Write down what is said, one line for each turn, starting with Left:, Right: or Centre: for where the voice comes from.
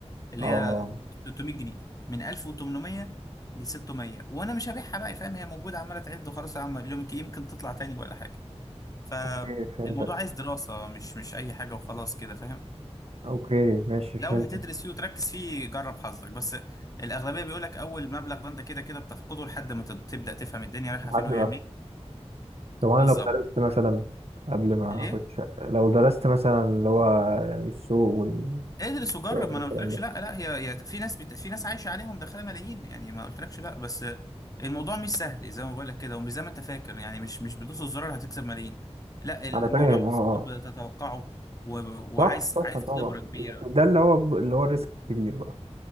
Left: اللي
Right: اه
Left: هي 300 جنيه من 1800 ل 600 وانا مش هبيعها بقى فاهم هي موجوده عماله تعد وخلاص يا عم يمكن يمكن تطلع تاني ولا حاجه فالموضوع
Right: اوكي فهمتك
Left: عايز دراسة مش مش أي حاجة وخلاص كده فاهم
Right: اوكي ماشي فهمتك
Left: لو هتدرس فيه وتركز فيه جرب حظك بس الأغلبية بيقولك أول مبلغ ده أنت كده كده بتفقده لحد ما تب- تبدأ تفهم الدنيا رايحة
Right: لحد
Left: فين وجاية
Right: ما
Left: منين
Right: طب انا
Left: بالظبط
Right: لو درست مثلا قبل ما
Left: ليه؟
Right: اخد شقة لو درست مثلا اللي هو يعني السوق ولا
Left: ادرس وجرب ما أنا
Right: الكلام
Left: قلتلكش
Right: ده
Left: لا لا هي هي في ناس بت... في ناس عايشة عليهم دخلها ملايين يعني ما قلتلكش لا بس الموضوع مش سهل زي ما بقولك كده ومش زي ما أنت فاكر يعني مش مش بتدوس الزرار هتكسب ملايين لا الموضوع
Right: انا فاهم اه
Left: صعب
Right: اه
Left: تتوقعه و...
Right: صح
Left: وعايز
Right: صح
Left: عايز
Right: طبعا
Left: خبرة كبيرة
Right: ده اللي هو اللي هو الريسك الكبير بقى